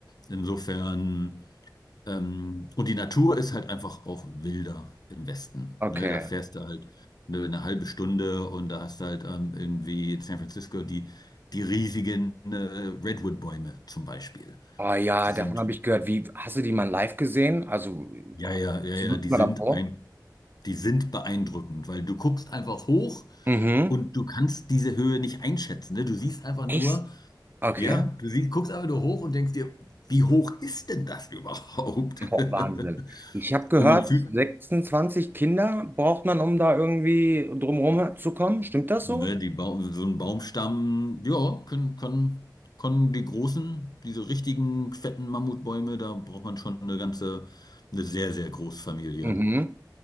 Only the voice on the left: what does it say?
Insofern, ähm, und die Natur ist halt einfach auch wilder im Westen.
Ne? Da fährst du halt eine, eine halbe Stunde und da hast du halt ähm, irgendwie in San Francisco die, die riesigen äh, Redwood-Bäume zum Beispiel.
Die sind
ja, ja, ja,
ja,
die
sind
ein, die sind beeindruckend, weil du guckst einfach hoch
und du kannst diese Höhe nicht einschätzen. Ne? Du siehst einfach
nur,
ja, du sie- guckst einfach nur hoch und denkst dir, wie hoch ist denn das überhaupt?
<laughs>
Und man fühlt,
ne,
die Bau- so ein Baumstamm, ja, können, können, können die großen, diese richtigen fetten Mammutbäume, da braucht man schon eine ganze, eine sehr, sehr große Familie.